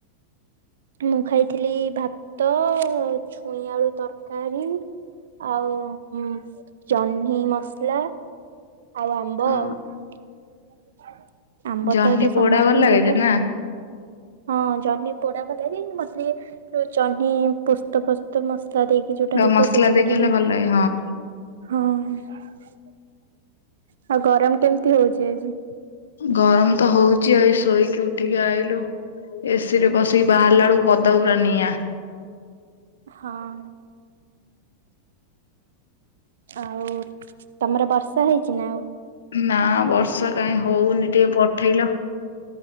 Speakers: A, on the right; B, on the left.
A: ମୁଁ ଖାଇଥିଲି ଭାତ, ଛୁଇଁ ଆଳୁ ତରକାରୀ ଆଉ ଜହ୍ନି ମସଲା ଆଉ ଆମ୍ବ
B: ହଁ
A: ଆଉ। <unintelligible>
B: ଜହ୍ନି
A: ତ ଏବେ ସମସ୍ତିଙ୍କ
B: ପୋଡା ଭଲ ଲାଗେଯେ
A: ଘରେ
B: ନା?
A: ହଁ ଜହ୍ନି ପୋଡା ଭଲ ଲାଗେ ମତେ ସେ ଜହ୍ନି ପୋସ୍ତ ଫୋସ୍ତ ମସ୍ ତା ଦେଇକି ଯୋଉଟା ହେଇଥାଏ
B: ମସଲା
A: ସେଇଟା
B: ଦେଇକି
A: ଗୋଟା
B: ହେଲେ
A: ହଁ।
B: ଭଲ ଲାଗେ
A: <unintelligible> ଆଉ ଗରମ କେମିତି ହଉଛି ଆଜି?
B: ଗରମ ତ ହଉଛି ଏଇ ଶୋଇକି ଉଠିକି ଆଇଲୁ ଏସିି ରେ ବସିକି ବାହାରିଲା ବେଳକୁ ପଦା ପୁରା ନିଆଁ ।
A: ହଁ ଆଉ ତମର ବର୍ଷା ହେଇଛି ନା?
B: ନା ବର୍ଷା କାଇଁ ହଉନି ଟିକେ ପଠେଇଲ ।